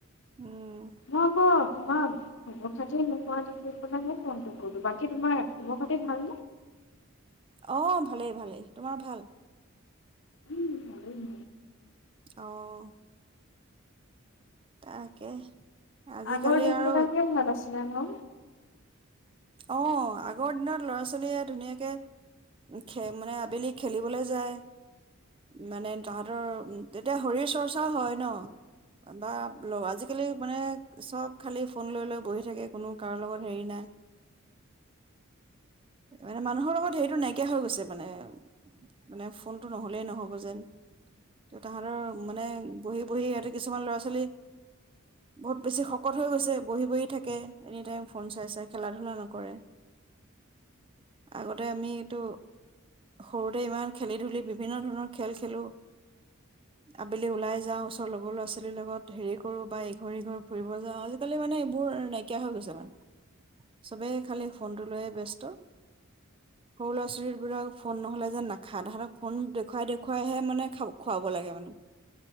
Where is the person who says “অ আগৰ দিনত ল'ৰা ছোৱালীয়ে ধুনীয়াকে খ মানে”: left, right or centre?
Right